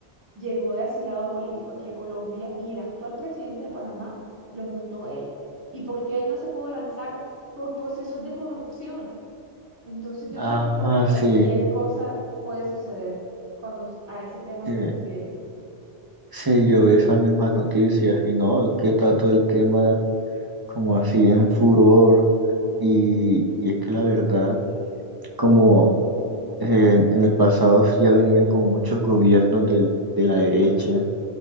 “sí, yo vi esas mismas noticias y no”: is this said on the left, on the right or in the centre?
Right